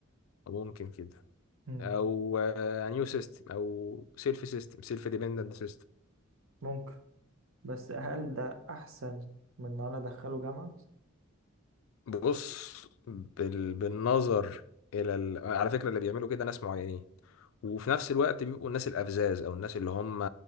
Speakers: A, on the left; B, on the right.
A: ممكن كده
B: مم.
A: او نيو سيستم او سيلف سيستم سيلف ديبندنت سيستم
B: ممكن بس هل ده احسن من ان انا ادخله جامعة
A: بص بال... بالنظر الى ال... على فكره اللي بيعملوا كده ناس معينين وفي نفس الوقت بيبقوا الناس الافذاذ او الناس اللي هم